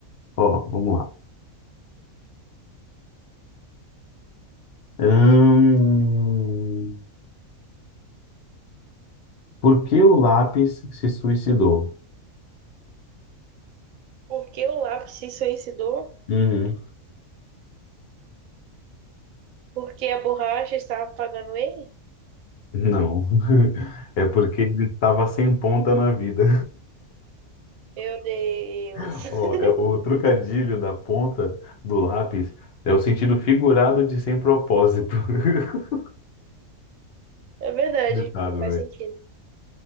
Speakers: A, on the left; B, on the right.
A: Ó, vamos lá. Hum, Por que o lápis se suicidou?
B: Por que o lápis se suicidou?
A: Uhum.
B: Por que a borracha estava apagando ele?
A: Não. <laughs> É porque ele estava sem ponta na vida.
B: Meu Deus.
A: <laughs>
B: <laughs>
A: Ó, é, o trocadilho da ponta do lápis é o sentido figurado de sem propósito. <laughs>
B: É verdade,
A: Coitado,
B: faz
A: velho.
B: sentido.